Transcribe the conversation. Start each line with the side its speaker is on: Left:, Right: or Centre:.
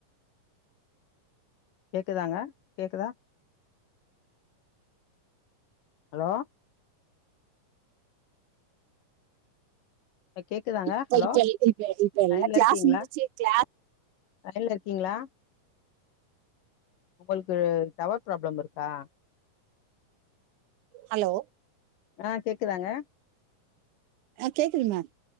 Left: கேக்குதாங்க கேக்குதா ஹலோ இப்ப கேக்குதாங்க
Right: இப்ப
Left: ஹலோ
Right: இப்ப இப்ப இப்ப எல்லாம்
Left: லையன்ல
Right: கிளாஸ்
Left: இருக்கீங்களா
Right: முடிச்சு கிளா
Left: லையன்ல இருக்கீங்களா ஒங்களுக்கு டவர் ப்ராப்ளம் இருக்கா
Right: ஹலோ
Left: ஆ கேக்குதாங்க
Right: ஆ கேக்குது மேம்